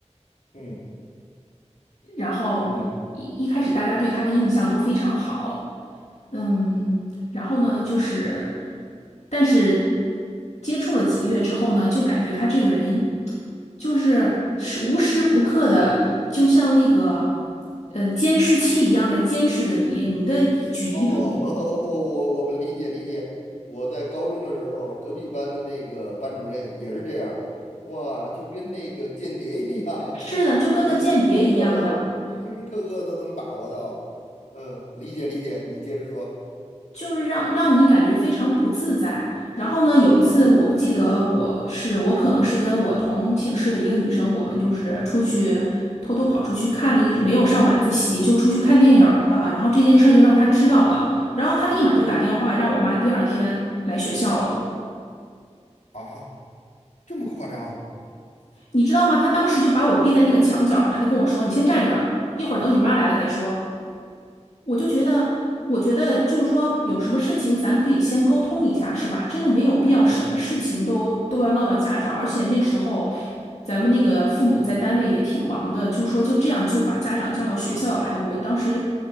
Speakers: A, on the left; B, on the left.
A: 嗯
B: 然后一一开始大家对他的印象都非常好。
A: 嗯。
B: 嗯，然后呢，就是，但是接触了几个月之后呢，就感觉他这个人就是是无时不刻的，就像那个呃监视器一样在监视着你，你的一举一动
A: 哦，<laughs> 我我我们理解理解。我在高中的时候，隔壁班的那个班主任也是这样，哇，就跟那个间谍一样，
B: 是的，
A: 对每个学生的时时刻刻都能把握到。
B: 就跟个间谍一样的。
A: 嗯，理解理解，你接着说。
B: 就是让让你感觉非常不自在。然后呢，有一次我不记得我是我可能是跟我同寝室的一个女生，我们就是出去偷偷跑出去看了一，没有上晚自习就出去看电影儿了。然后这件事儿就让她知道了，然后她立马就打电话让我妈第二天来学校了。
A: 嗯啊，这么夸张？
B: 你知道吗？她当时就把我逼在那个墙角儿，她就跟我说：“你先站着，一会儿等你妈来了再说。”我就觉得，我觉得就是说，有什么事情咱可以先沟通一下，是吧？真的没有必要什么事情都都要闹到家长，
A: 嗯，
B: 而且那时候咱们那个父母在单位也挺忙的，就说就这样就把家长叫到学校来，我当时，